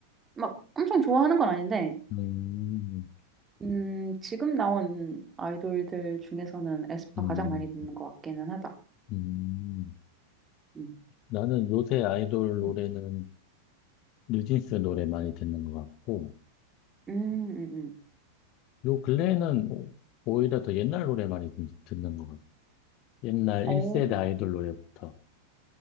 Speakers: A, on the right; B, on the left.
A: 막 엄청 좋아하는 건 아닌데
B: 음,
A: 음 지금 나온 아이돌들 중에서는 에스파
B: 음,
A: 가장 많이 듣는 것 같기는 하다
B: 음.
A: 음.
B: 나는 요새 아이돌 노래는
A: 음,
B: 뉴진스 노래 많이 듣는 것 같고,
A: 음, 음. 음.
B: 요 근래에는 오- 오히려 더 옛날 노래 많이 듣- 듣는 것 같아. 옛날
A: 오,
B: 1세대 아이돌 노래부터.